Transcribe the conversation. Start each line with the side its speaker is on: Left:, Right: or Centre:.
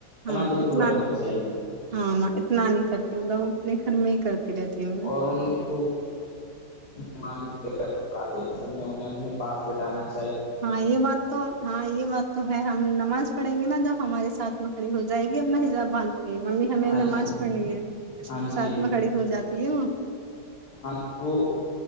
Right: ہاں
Left: تو
Right: اتنا
Left: دور رکھنا
Right: نہیں
Left: چاہیے
Right: ہاں اتنا نہیں کرتیوں لوگ اپنے گھر میں کرتی رہتی ہوں
Left: اور ان کو نمج ڑ اس انہیں اپنے پاس بیٹھانا چاہی
Right: ہاں یہ بات تو ہاں یہ بات تو تو ہے ہم نماز پڑھیں گے نا جب ہمارے ساتھ میں کڑی ہو جائے گی اپنا حزاب باند ممیمی ہمیں
Left: ہاں
Right: نماز
Left: جی
Right: پڑھنی ہے
Left: ہاں جی
Right: ساتھ میں کھڑی ہو جاتی ہے وہ
Left: ہاں وہ